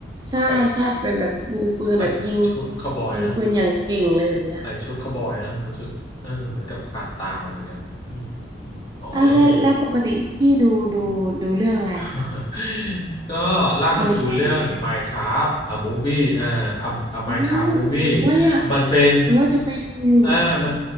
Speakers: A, on the right (about 20°); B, on the left (about 25°).
A: ใช่ใช่เป็นแบบมือปืนแบบยิง
B: แต่งแต่งชุดคาวบอยนะ
A: ยิงปืนอย่างเก่งเลยแบบเนี้ย
B: แต่งชุดคาวบอยนะรู้สึกเออเหมือนกับผ่านตามาเหมือนกันอืมอืมอมอ๋อแล้วมี
A: อ่ะแล้วแล้วปกติพี่ดูดูดูเรื่องอะไรคะ
B: <laughs> ก็ล่าสุดดูเรื่อง
A: เอามาแชร์หนูได้
B: Minecraft a movie เอ่อ a a Minecraft
A: อืมหนูว่าอยากหนูหนูว่าจะไปดูอยู่
B: movie มันเป็นอ่ามัน